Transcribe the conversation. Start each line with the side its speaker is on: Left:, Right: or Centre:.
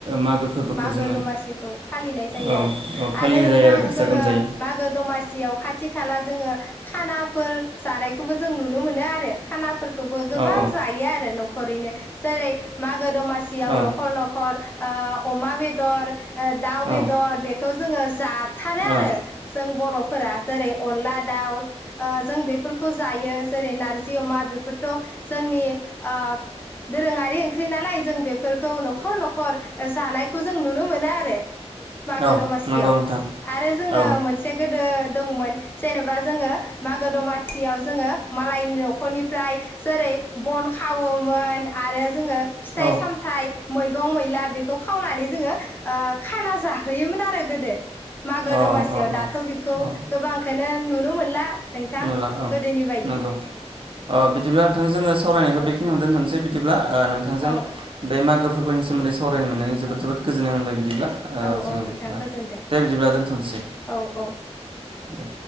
Right: मागो। फोरबोखौ
Left: मागो
Right: जोङो
Left: दमासिखौ फालिनाय जायो
Right: औ
Left: आरो
Right: औ फालिनाय
Left: आरो नोंथां
Right: जायो गाजा
Left: जोङो
Right: गोमजायै
Left: मागो दमासि। सियाव खाथि खाला जोङो खानाफोर जानायखौबो जों नुनो मोनो आरो। खानाफोरखौबो गोबां
Right: औ औ
Left: जायो आरो न'खरैनो जेरै मागो दमासि। सियाव
Right: औ
Left: न'खर न'खर ओ अमा बेदर ओ दाउ
Right: औ
Left: बेदर बेफ। बे खौ जोङो जाथारो
Right: औ
Left: आरो जों बर'फोरा जेरै अनला दाउ। ओ जों बेफोरखौ जायो जेरै नारजि अमा बेफोरथ' जोंनि ओ। दोरोङारि ओंख्रि नालाय जों बेफोरखौ न'खर न'खर ओ। जानायखौ जों नुनो मोनो आरो मागो
Right: औ
Left: दमासियाव
Right: नंगौ नोंथां
Left: आरो जोङो
Right: औ
Left: मोनसे। मोनसे गोदो दंमोन। जेनेबा जोङो मागो दमासियाव जोङो मालायनि न'खरनिफ्राय। जेरै बन खावोमोन आरो जोङो। फिथाइ
Right: औ
Left: सामथाइ मैगं मैला बेखौ। खावनानै जोङो ओ खाना जाहोयोमोन आरो गोदो। मागो
Right: अ
Left: दमासियाव
Right: अ अ
Left: दाथ' बेखौ
Right: अ
Left: गोबांखौ नुनो मोनला। नोंथां
Right: नुला औ
Left: गोदोनि बायदि
Right: नंगौ औ बिदिब्ला नोंथां जोङो सावरायनायखौ
Left: औ
Right: बेखिनियावनो दोनथनोसै बिदिब्ला ओ नोंथांजों
Left: औ
Right: बे मागो फोरबोनि सोमोन्दै सावरायनो मोननानै जोबोद
Left: औ
Right: जोबोद गोजोननाय मोनबाय बिदिब्ला ओ
Left: औ
Right: जोङो
Left: औ नोंथां
Right: बिदिब्ला
Left: गोजोन्थों
Right: दे बिदिब्ला दोनथ'नोसै।
Left: औ औ।
Right: दे।